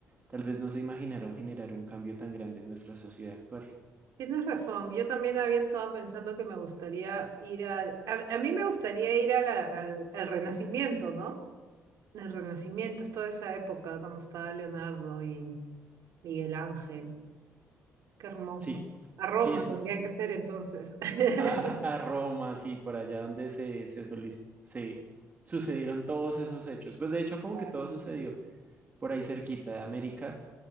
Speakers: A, on the right; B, on the right.
A: Tal vez no se imaginaron generar un cambio tan grande en nuestra sociedad actual.
B: Tienes razón, yo también había estado pensando que me gustaría ir al, a, a mí me gustaría ir a la- al, al Renacimiento, ¿no? El Renacimiento, es toda esa época cuando estaba Leonardo y Miguel Ángel, qué hermoso.
A: Sí,
B: A Roma
A: sí, eso
B: tendría
A: es.
B: que ser entonces. <laughs>
A: A, a Roma, sí, por allá donde se, se, solic- se sucedieron todos esos hechos. Pues de hecho, como
B: Claro.
A: que todo sucedió por ahí cerquita de América.